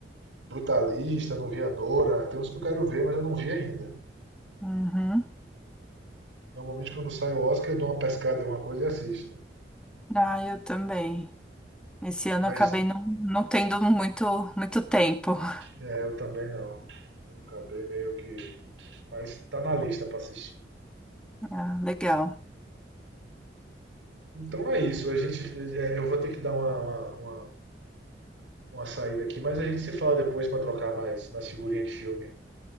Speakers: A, on the right; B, in the centre.
A: Brutalista, não vi a Nora. Tem uns que eu quero ver, mas eu não vi ainda.
B: Uhum.
A: Normalmente quando sai o Oscar eu dou uma pescada em alguma coisa e assisto.
B: Ah, eu também. Esse ano
A: Mas
B: eu acabei não, não tendo muito, muito tempo. <laughs>
A: é, eu também não. Acabei meio que. Mas tá na lista pra assistir.
B: Ah, legal.
A: Então é isso. A gente, é, eu vou ter que dar uma, uma, uma, uma saída aqui, mas a gente se fala depois pra trocar mais nas figurinhas de filme.